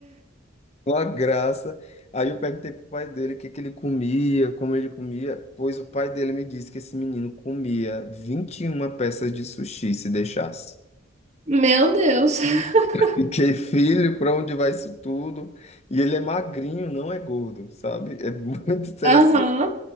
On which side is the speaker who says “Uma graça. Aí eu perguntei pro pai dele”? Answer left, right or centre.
Left